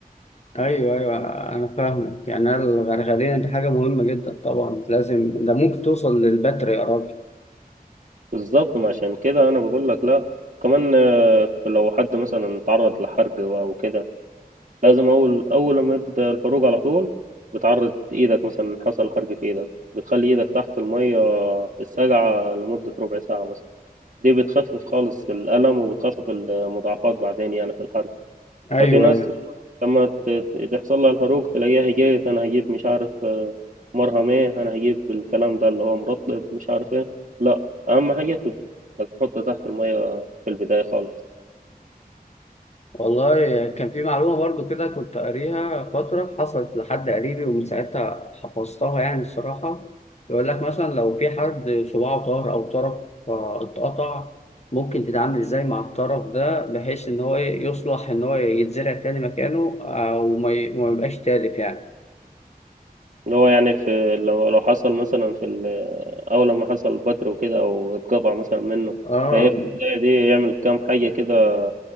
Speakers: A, on the left; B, on the right.
A: ايوه ايوه انا فاهمك يعني الغرغرية دي حاجة مهمة جدا طبعا لازم ده ممكن توصل للبتر يا راجل
B: بالظبط ما عشان كده أنا بقول لك لا كمان آه، لو حد مثلا تعرض لحرق أو كده لازم أول أول لما يبدأ الحروق على طول بتعرض إيدك مثلا حصل حرق في إيدك بتخلي إيدك تحت المية الساقعة لمدة ربع ساعة مثلا دي بتخفف خالص الألم وبتخفف المضاعفات بعدين يعني في الحرق
A: ايوه
B: ففي ناس
A: ايوه
B: لما ت- تحصل لها الحروق تلاقيها هجيت أنا هجيب مش عارف آه، مرهم إيه أنا هجيب الكلام ده اللي هو مرطب مش عارف إيه لا أهم حاجة في إنك تحط تحت المية في البداية خالص
A: والله كان في معلومة برضو كده كنت قاريها فترة حصلت لحد قريبي ومن ساعتها حفظتها يعني الصراحة يقول لك مثلا لو في حد صباعه طار أو طرف آه، اتقطع ممكن تتعامل إزاي مع الطرف ده بحيث إن هو يصلح إن هو يتزرع تاني مكانه أو ما ي- ما يبقاش تالف يعني
B: اللي هو يعني في لو لو حصل مثلا في ال- أول لما حصل بتر وكده أو اتقطع مثلا منه
A: آه
B: فهي في البداية دي يعمل كام حاجة كده